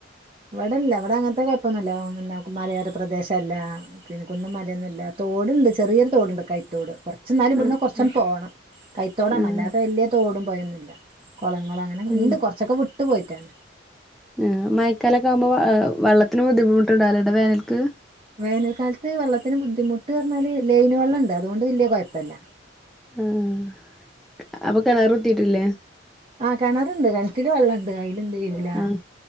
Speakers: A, on the right; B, in the centre.
A: ഇവടെല്ല ഇവിടെ അങ്ങനത്തെ കൊഴപ്പൊന്നല്ല മലയോര പ്രദേശല്ല പിന്നെ കുന്നും മലയൊന്നുമല്ല തോടുണ്ട്. ചെറിയൊരു തോടുണ്ട്. കൈത്തോട് കൊറച്ച് കൊറച്ച് ഇന്നാലും ഇവിടുന്നു
B: ആഹ്
A: കൊറച്ചങ്ങട്
B: ആഹ്
A: പോകണം കൈത്തോടാണ്.
B: ആഹ്
A: അല്ലാതെ വല്യ തോടും പൊഴുന്നുല്ല കൊളങ്ങ അങ്ങനെ
B: ഉം
A: ഇണ്ട്. കൊറച്ചൊക്കെ വിട്ടു പോയിട്ടാണ്.
B: ആഹ് മഴക്കാലൊക്കെ ആവുമ്പോ വള്ളത്തിന് ബുദ്ധിമുട്ടുണ്ടാവലുണ്ടോ വേനൽക്ക്?
A: വേനൽ ക്കാലത്ത് വെള്ളത്തിന് ബുദ്ധിമുട്ട് പറഞ്ഞാല് ലൈന് വെള്ളംണ്ട് അതുകൊണ്ട് വല്ല്യ കൊഴപ്പല്ല.
B: ആഹ് അപ്പൊ കെണറു കുത്തിയിട്ടില്ലേ?
A: ആഹ് കെണറുണ്ട്, കെണറ്റില് വെള്ളംണ്ട്. അയില് എന്ത് ചെയ്യൂല
B: ആഹ്